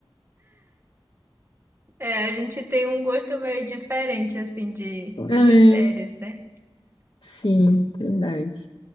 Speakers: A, on the right; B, on the left.
A: É, a gente tem um gosto meio diferente, assim, de,
B: É.
A: de séries, né?
B: Sim, verdade.